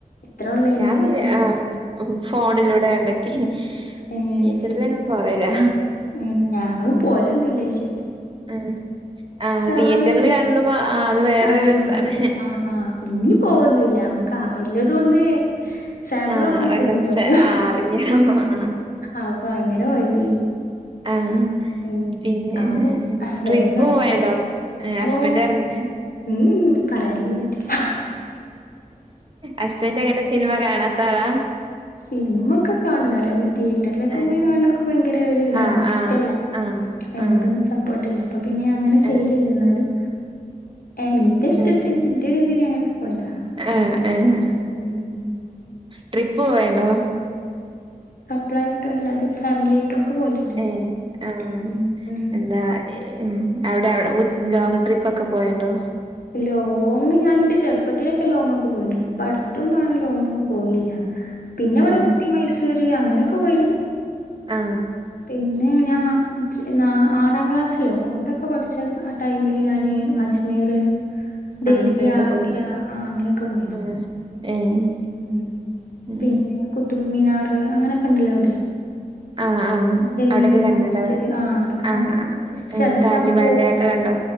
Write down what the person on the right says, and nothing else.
ഞാൻ
വിചാ
ആ ഫോണിലൂടെ <unintelligible>
തീയറ്ററിലങ്ങനെ
പോവേല്ലാ
അ ആ
തിയേറ്ററില് കണ്ടുവാ ആ അത് വേറൊരു
രസാണ്
ആഹ് ഒരച്ചെ
ആഹ് അറിയണം ആഹ്
ആ
പിന്നെ
ട്രിപ്പ്
പോയണ്ടോ
ഹസ്ബന്റ്
അറിഞ്ഞ്
ഹസ്ബന്റ് അങ്ങനെ സിനിമ കാണാത്താളാ
ഏഹ്
ആഹ് ആഹ്
ആഹ്
ആഹ്
ഏഹ്
ഏഹ്
ആഹ് ഏഹ്
ട്രിപ്പ് പോയണ്ടോ
ഏ ആ
എന്താ ഏ ഉം അവിടെ അവിട ഓര് ലോങ് ട്രിപ്പൊക്കെ പോയണ്ടോ?
ഏഹ്
ആ
ആഹ് അങ്ങനെയൊക്കെ
പോയിന്ന്
ആഹ് ഏഹ്
ഉം
ആഹ് ആഹ്
അവിടെക്കെ
കണ്ടിണ്ടാവുല്ലേ
ആഹ്
ആഹ്
താജ്മഹല്
ഒക്കെ കണ്ടോ